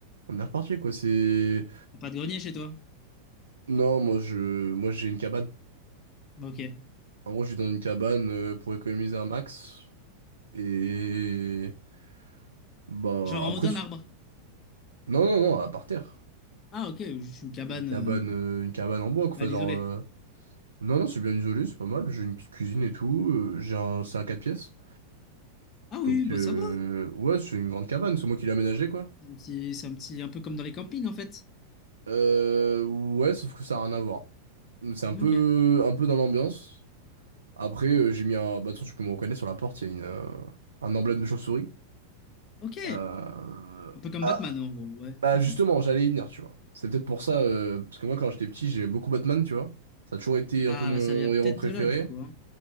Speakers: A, on the right (about 70°); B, on the left (about 30°).
A: On est reparti, quoi. C'est.
B: à pas de grenier chez toi.
A: Non, moi je moi j'ai une cabane.
B: Bah, Ok.
A: En gros, je vis dans une cabane euh, pour économiser un max. Et bah
B: Genre
A: après
B: en haut d'un
A: c'est-
B: arbre.
A: non non non, à par terre.
B: Ah ok, juste une cabane
A: Une cabane
B: euh,
A: euh, une cabane en bois quoi,
B: mal
A: Enfin, genre
B: isolée.
A: euh, non non, c'est bien isolé, c'est pas mal. J'ai une petite cuisine et tout, euh, j'ai un c'est un 4 pièces.
B: Ah
A: Donc
B: oui, bah
A: euh,
B: ça va.
A: ouais, c'est une grande cabane, c'est moi qui l'ai aménagée quoi.
B: C'est un petit, c'est un petit, un peu comme dans les campings en fait.
A: Euh, ouais, sauf que ça a rien à voir. C'est un peu
B: Ok.
A: un peu dans l'ambiance. Après euh, j'ai mis un bah de toute façon, tu peux me reconnaître sur la porte, il y a une euh, un emblème de chauve-souris.
B: Ok.
A: Euh,
B: Un peu comme
A: Ah,
B: Batman en gros, ouais.
A: bah
B: Ok.
A: justement, j'allais y venir, tu vois. C'est peut-être pour ça, euh, parce que moi, quand j'étais petit, j'aimais beaucoup Batman, tu vois. Ça a toujours été
B: Ah
A: un peu mon
B: bah ça vient peut-être
A: héros préféré.
B: de là du coup, hein.